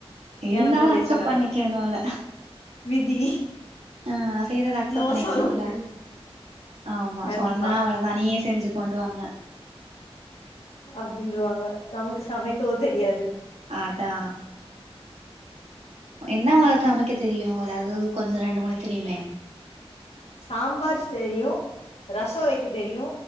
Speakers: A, on the right; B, on the left.
A: இருந்தாலு
B: எனக்கு பேசிக்காதா
A: அக்சப் பண்ணிக்கனுல்ல
B: விதி
A: ஆ செய்றத அக்சப்
B: நோ
A: பண்ணிக்கனுல்ல
B: சொல்ல முடியாது
A: ஆமா
B: கண்டிப்பா
A: சொன்னா அவள நீயே செஞ்சிக் கொண்டுவாங்க
B: அப்டின்ருவாங்க நமக்கு சமைக்கவு தெரியாது
A: அதா என்ன உங்களுக்கு சமைக்க தெரியு அதாவது கொஞ்ச ரெண்டு மூணு தெரியுமே
B: சாம்பார் செரியு ரசோ வெக்க தெரியு